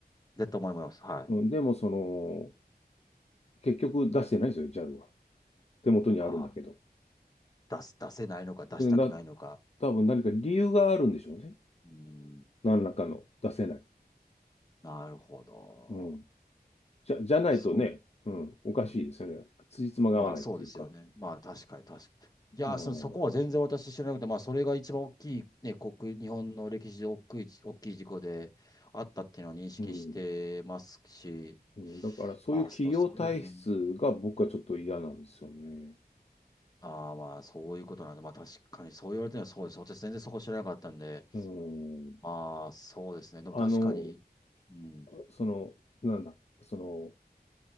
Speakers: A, on the left (about 25°); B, on the left (about 40°).
A: 絶対思います。はい。
B: うん。でもその、結局出してないですよ、JAL は。手元にあるんだけど。
A: ああ。出す、出せないのか、出したくないのか。
B: でな、多分何か理由があるんでしょうね。
A: うん、
B: 何らかの出せない。
A: なるほど。
B: うん。じゃ、じゃないとね、
A: そ
B: うん、おかしいですよね。
A: う、うん。
B: 辻褄が合わないっていうか。
A: まあそうですよね。まあ確かに確かに。いやー、
B: うん、
A: そ、そこは全然私知らなくて、
B: うん、
A: まあそれが一番大きい、ね、国、日本の歴史で大きい、大きい事故であったっていうのは認識してますし、
B: うん。うんだからそういう企業体質が僕はちょっと嫌なんですよね。
A: ああ、そそういう、ふうに、ああー、まあそういうことなんで、まあ確かにそう言われてるのはそうです。私全然そこ知らなかったんで、
B: うん。
A: まあそうですね。でも確かに、
B: あの、
A: うん、
B: その、なんだ、その、